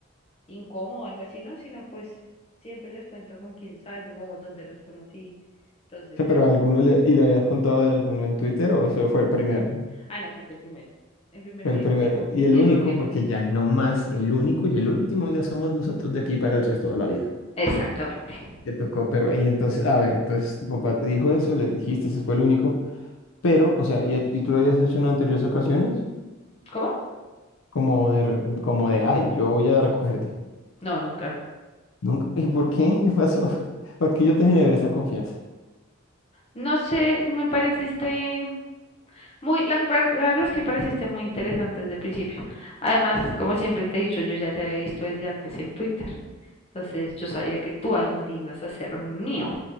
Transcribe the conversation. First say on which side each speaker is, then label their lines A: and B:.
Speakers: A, on the left; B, on the left.
A: incómodo o algo así, no, sino pues siempre les cuento con quién salgo, dónde los conocí, Entonces,
B: sea,
A: pues,
B: pero alguno le, y le habías contado de alguno en Twitter o eso fue el primero.
A: ah, no, fuiste el primero. El primero
B: Fue
A: y
B: el
A: el
B: primero
A: único.
B: y el
A: Y
B: único,
A: el último.
B: porque ya no más, el único y el último ya somos nosotros de aquí para el resto de la vida.
A: Exactamente.
B: Te tocó, pero y entonces, a ver, entonces tu papá te dijo eso, le dijiste, ese fue el único, pero, o sea, ya- y tú lo habías hecho en anteriores ocasiones,
A: ¿Cómo?
B: como de, re- como de, ay, yo voy a recogerte.
A: No, nunca.
B: Nunca, ¿y por qué? <laughs> ¿Qué pasó? ¿Por qué yo te generé esa confianza.
A: No sé, me pareciste muy, la que, par- la verdad es que me pareciste muy interesante desde el principio. Además, como siempre te he dicho, yo ya te había visto desde antes en Twitter. Entonces, yo sabía que tú algún día ibas a ser mío.